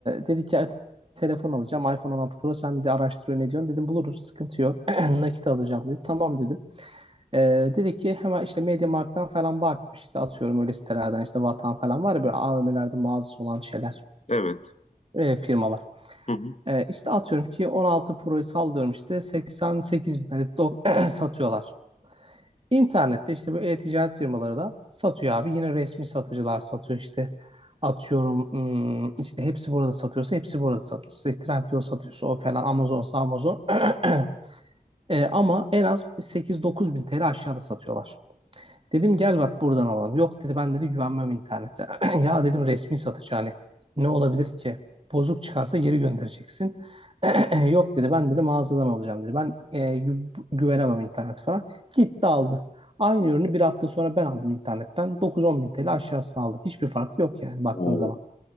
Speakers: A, on the right; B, on the left.
A: dedi ki telefon alacağım iPhone 16 Pro sen de araştır ne diyorsun? Dedim buluruz sıkıntı yok <clears throat> nakit alacağım dedi. Tamam dedim. Ee, dedi ki hemen işte MediaMarkt'tan falan bakmış işte atıyorum öyle sitelerden işte Vatan falan var ya böyle AVM'lerde mağazası olan şeyler
B: Evet.
A: e, firmalar.
B: Hı hı.
A: Ee, işte atıyorum ki 16 Pro'yu sallıyorum işte 88 bin tane do- <clears throat> satıyorlar. İnternette işte bu e-ticaret firmaları da satıyor abi. Yine resmi satıcılar satıyor işte. Atıyorum hmm, işte hepsi burada satıyorsa hepsi burada satıyor. İşte Trendyol satıyorsa o falan Amazon'sa Amazon. <clears throat> Ee, ama en az 8-9 bin t l aşağıda satıyorlar. Dedim gel bak buradan alalım. Yok dedi ben dedi güvenmem internete. <clears throat> Ya dedim resmi satıcı hani ne olabilir ki? Bozuk çıkarsa geri göndereceksin. <clears throat> Yok dedi ben dedi mağazadan alacağım dedi. Ben e, gü- güvenemem internet falan. Gitti aldı. Aynı ürünü bir hafta sonra ben aldım internetten. 9-10 bin TL aşağısına aldım. Hiçbir fark yok yani baktığın
B: Oo.
A: zaman.